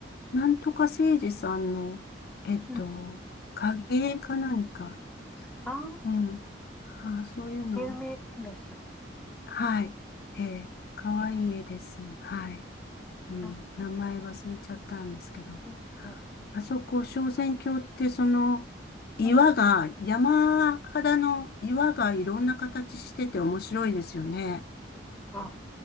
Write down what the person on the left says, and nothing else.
なんとかせいじさんの、えっと、
影絵か何か。
うん。あー、そういうの。
はい。ええかわいい絵です。
はい。うん。
名前忘れちゃったんですけど。
あそこ、昇仙峡って、その、岩が、
山肌の岩がいろんな形してて面白いですよね。